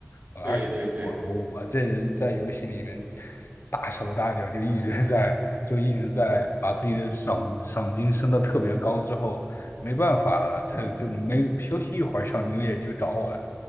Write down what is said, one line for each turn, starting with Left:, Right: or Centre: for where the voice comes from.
Left: 呃而且我我这人在游戏里面
Right: 对对对，
Left: 大手大脚，就一直在就一直在把自己的赏赏金升的特别高之后，没办法了，他就没休息一会儿，
Right: 嗯
Left: 赏金猎人就找我来。